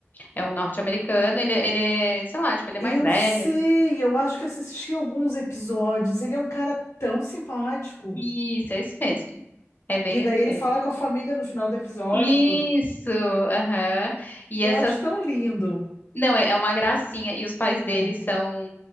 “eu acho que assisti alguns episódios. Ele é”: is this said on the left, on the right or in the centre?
Left